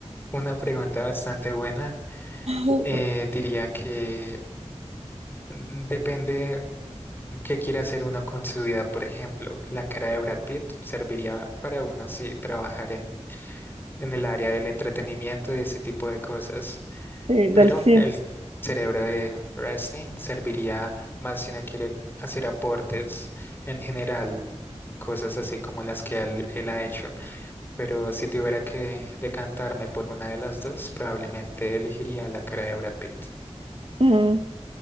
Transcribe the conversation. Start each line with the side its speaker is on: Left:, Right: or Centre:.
Left: una pregunta bastante buena.
Right: <laughs>
Left: Eh, diría que mm, depende. ¿Qué quiere hacer uno con su vida, por ejemplo? La cara de Brad Pitt serviría para uno sí trabajar en, en el área del entretenimiento y ese tipo de cosas,
Right: Sí,
Left: pero
Right: del cine.
Left: el cerebro de Rastin serviría más si uno quiere hacer aportes en general, cosas así como las que él, él ha hecho. Pero si tuviera que decantarme por una de las dos, probablemente elegiría la cara de Brad Pitt.
Right: Mm.